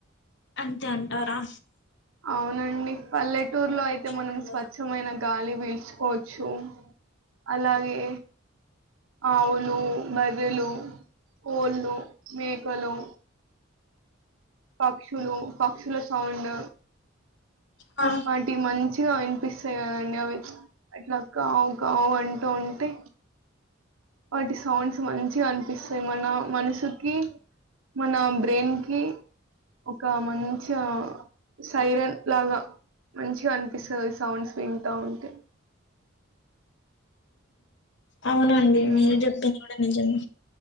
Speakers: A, on the left (about 60°); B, on the right (about 85°).
A: అంతే అంటారా
B: అవునండి పల్లెటూరులో
A: పొల్యూషన్
B: అయితే మనం
A: ఉండదా
B: స్వచ్ఛమైన గాలి పీల్చుకోవచ్చు అలాగే ఆవులు బర్రేలు కోళ్ళు మేకలు పక్షులు పక్షుల సౌండ్
A: ఆ
B: వాటి మంచి మంచిగా వినిపిస్తాయి కదండి అవి అట్లా కావు కావు అంటూ ఉంటే వాటి సౌండ్స్ మంచిగ అనిపిస్తాయి మన మనసుకి మన బ్రెయిన్ కి ఒక మంచి సైరన్ లాగా మంచిగా అనిపిస్తది సౌండ్స్ వింటా ఉంటే
A: అవునండి
B: ఉమ్
A: మీరు చెప్పేది కూడా నిజమే